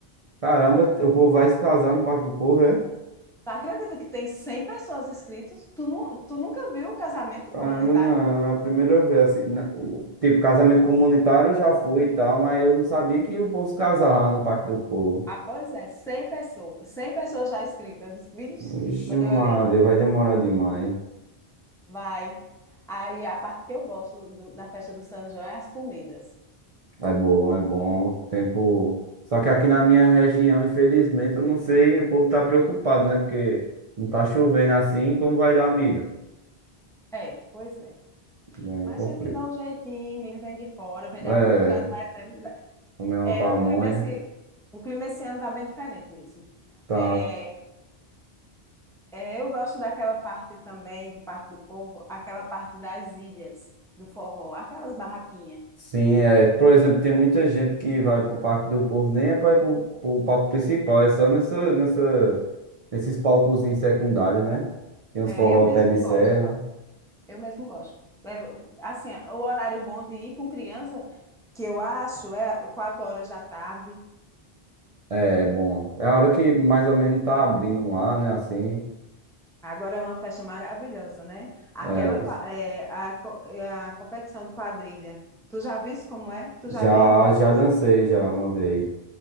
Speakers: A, on the right; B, in the centre.
A: Caramba, o povo vai se casar no Parque do Povo, é?
B: Tu acredita que tem 100 pessoas inscritas? Tu, nu, tu nunca viu o casamento
A: Caramba,
B: comunitário?
A: não, é a primeira vez, assim, na- tipo, casamento comunitário eu já fui e tal, mas eu não sabia que o povo se casava lá no Parque do Povo.
B: Ah, pois é, 100 pessoas. cem pessoas já inscritas. Eu disse, vixe,
A: Vixe,
B: quando
A: Maria,
B: eu olhei,
A: vai demorar demais.
B: vai. Aí a parte que eu gosto do, da festa do São João é as comidas.
A: É bom, é bom. Tempo. Só que aqui na minha região, infelizmente, eu não sei, o povo tá preocupado, né? Porque não tá chovendo assim, como vai dar milho?
B: É, pois é.
A: Aí
B: Mas
A: complica.
B: sempre dá um jeitinho, ele vem de fora, vem de
A: É,
B: algum <laughs> canto, mas sempre dá.
A: comer uma
B: É,
A: pamonha.
B: o clima esse, o clima esse ano tá bem diferente mesmo.
A: Tá.
B: É, É, eu gosto daquela parte também, do Parque do Povo, aquela parte das ilhas, do forró, aquelas barraquinhas.
A: Sim, é. Por exemplo, tem muita gente que vai pro Parque do Povo, nem é pra ir pro, pro palco principal, é só nessa, nessa, nesses palcozinhos secundários, né? Tem uns
B: É,
A: forró
B: eu mesmo
A: pé de serra.
B: gosto, eu mesmo gosto. Levo- Assim, o horário bom de ir com criança, que eu acho, é quatro horas da tarde.
A: É bom. É a hora que mais ou menos tá abrindo lá, né? Assim.
B: Agora é uma festa maravilhosa, né? Aquela,
A: É,
B: qua- é, a, co- é a competição de quadrilha. Tu já viste como é? Tu já
A: já,
B: veio alguma
A: já
B: vez?
A: dancei já uma vez.